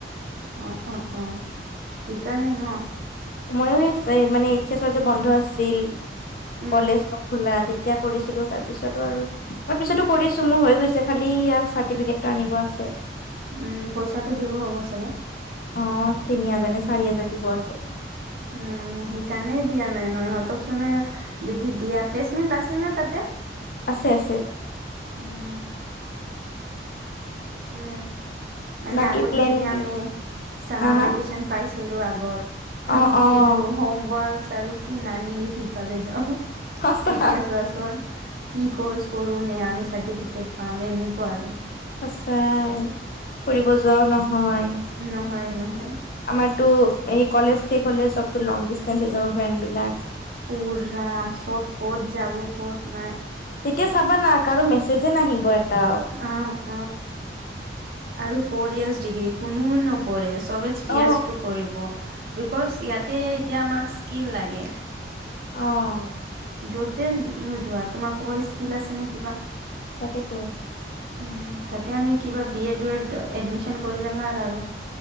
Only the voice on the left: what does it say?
ময়ো সেই মানে এইচ এচৰ যে বন্ধ আছিল।
কলেজ নখোলা তেতিয়া কৰিছিলো তাৰ পিছতো আৰু তাৰ পিছতো কৰিছো মোৰ হৈ গৈছে, খালি ই চাৰ্টিফিকেটটো আনিব আছে।
অ তিনি হাজাৰ, নে চাৰি হাজাৰ দিব আছে।
আছে আছে।
বাকী
প্লেন
কি
হা হা
অ',
অ',
সঁচা
সঁচায় ফুৰিব যোৱাও নহয় হয়।
আমাৰটো এই কলেজ শেষ হলে চব লং হৈ যাব ফ্ৰেণ্ড বিলাক
তেতিয়া চাবা না, কাৰো মেছেজে নাহিব এটাও।
অ',
অ
তাকেইতো